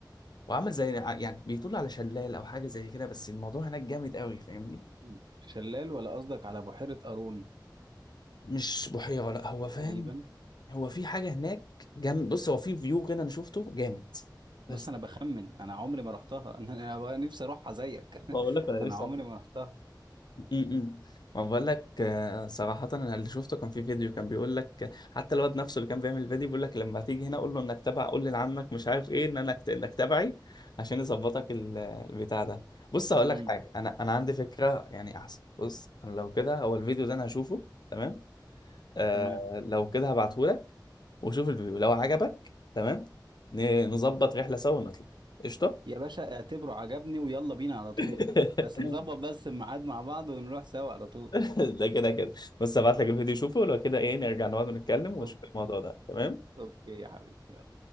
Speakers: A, on the left (about 60°); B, on the right (about 70°).
A: وعامل زي يعني بيطل على شلال او حاجه زي كده بس الموضوع هناك جامد قوي فاهمني
B: مم. شلال ولا قصدك على بحيرة قارون
A: مش بحيره لا هو
B: تقريبا
A: فاهم هو في حاجه هناك جامد بص هو في فيو كده انا شفته جامد
B: بص
A: بس
B: انا بخمن انا عمري ما رحتها <laughs> انا انا بقى نفسي اروحها زيك <laughs>
A: بقول لك انا
B: انا
A: لسه
B: عمري ما رحتها
A: امم ما بقول لك آه، صراحة انا اللي شفته كان في فيديو كان بيقول لك حتى الواد نفسه اللي كان بيعمل الفيديو بيقول لك لما تيجي هنا قول له انك تبع قول لي لعمك مش عارف ايه ان انا كت- انك تبعي عشان يظبطك ال- البتاع ده بص هقول
B: امم
A: لك حاجة انا انا عندي فكرة يعني احسن بص انا لو كده هو الفيديو ده انا هشوفه تمام آه
B: تمام
A: لو كده هبعته لك وشوف الفيديو لو عجبك تمام ن- نظبط رحلة سوا ونطلع قشطة
B: يا باشا اعتبره عجبني ويلا بينا على طول
A: <laughs>
B: بس نظبط بس الميعاد مع بعض ونروح سوا على طول
A: <laughs> ده كده كده بس ابعت لك الفيديو شوفه ولو كده ايه نرجع نقعد ونتكلم ونشوف
B: اوكي
A: الموضوع ده تمام
B: اوكي يا حبيبي يلا